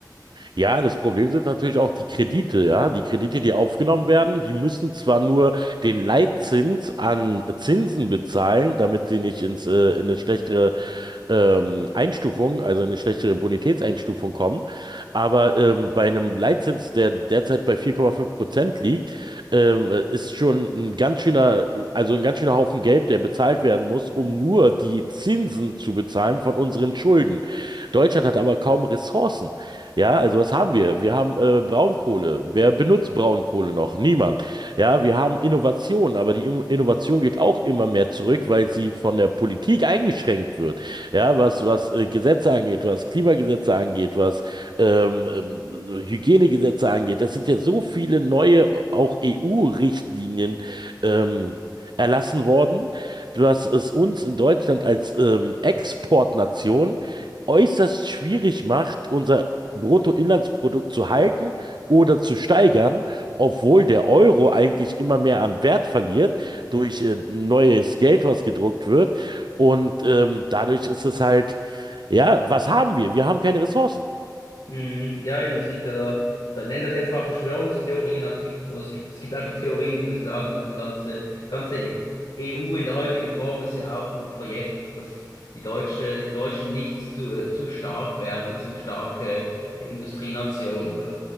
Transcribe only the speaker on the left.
Mhm. Ja, eben, es gibt ja da, so, nennen das jetzt mal Verschwörungstheorien, aber es gibt, oder es gibt, es gibt einfach Theorien, die besagen, dass die ganze, ganze EU in der heutigen Form ist ja auch ein Projekt, dass die Deutsche, die Deutschen nicht zu, zu stark werden, eine zu starke äh, Industrienation. Also